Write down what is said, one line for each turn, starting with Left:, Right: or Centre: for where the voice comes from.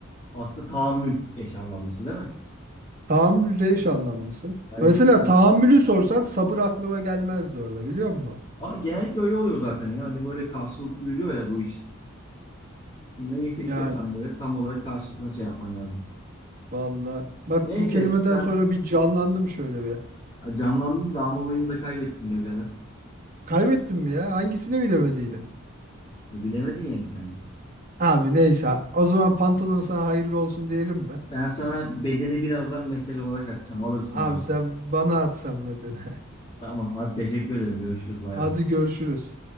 Left: Aslında tahammül eş anlamlısı değil mi?
Right: Tahammül de eş anlamlısı.
Left: Hani
Right: Mesela
Left: şey,
Right: tahammülü sorsan sabır aklıma gelmezdi orada biliyor musun?
Left: Aa, genellikle öyle oluyor zaten ya. Hani böyle karşılıklı yürüyor ya bu iş. Neyi seçiyorsan
Right: Yani
Left: böyle tam olarak karşısına şey yapman lazım.
Right: valla bak
Left: Neyse
Right: bu kelimeden
Left: sen
Right: sonra bir canlandım şöyle bir.
Left: canlandın da ama oyunu da kaybettin be birader.
Right: Kaybettim mi ya? Hangisini bilemediydim?
Left: E, bilemedin ya bir tane.
Right: Abi neyse. O zaman pantolon sana hayırlı olsun diyelim mi?
Left: Ben sana bedeni birazdan mesaj olarak atacağım. Alırsın
Right: Abi
Left: abi.
Right: sen bana at sen medeni.
Left: Tamam hadi teşekkür ederim. Görüşürüz. Bay
Right: <laughs> Hadi
Left: bay.
Right: görüşürüz.